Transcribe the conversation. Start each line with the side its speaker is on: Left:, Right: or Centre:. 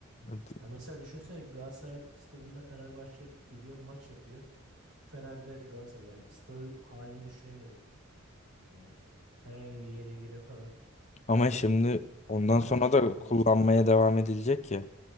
Left: Evet.
Right: Ya mesela düşünsene Galatasaray stadında Fenerbahçe geliyor maç yapıyor. Fener'de Galatasaray yani stadı halini düşünemiyorum ben ya. Herhangi bir yenilgide falan
Left: Ama şimdi ondan
Right: çok karışıklık
Left: sonra da
Right: olurdu.
Left: kullanmaya devam edilecek ya.